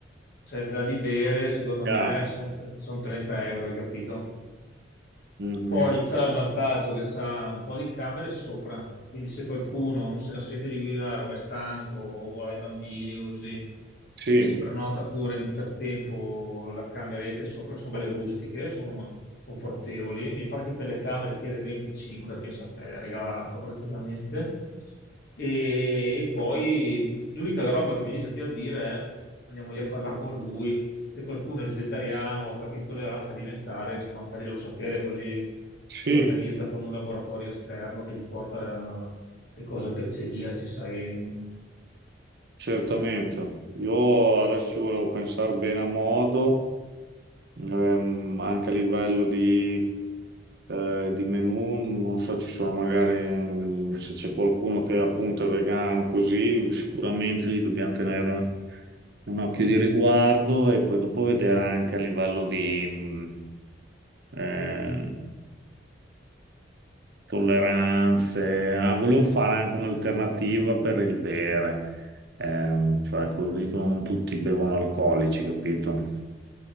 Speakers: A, on the left (about 55°); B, on the right (about 60°).
A: c'è già di bere, secondo
B: chiaro.
A: me, sono 30 euro, hai capito?
B: Mhm.
A: Poi c'ha il vantaggio che c'ha un po' di camere sopra, quindi se qualcuno non se la sente di guidare o è stanco o ha i bambini o così,
B: Sì,
A: eh, si prenota pure in- per tempo la cameretta sopra, sono belle rustiche, sono confortevoli. Mi pare che per le camere chiede 25, pensa a te, l'ha regalato praticamente. E, e poi l'unica roba che mi dice per dire è andiamo lì a parlare con lui se qualcuno è vegetariano o ha qualche intolleranza alimentare, insomma, faglielo sapere così
B: sì.
A: si organizza con un laboratorio esterno che gli porta eh, le cose per celiaci, sai.
B: Certamente, io adesso ci volevo pensare bene a modo, ehm, anche a livello di, eh, di menù, non so, ci sono magari mm, se c'è qualcuno che appunto è vegano, così sicuramente lì dobbiamo tenere un occhio di riguardo e poi dopo vedere anche a livello di mm, eh, tolleranze. Ah, volevo fare anche un'alternativa per il bere. Ehm, cioè così che non tutti bevono alcolici, capito?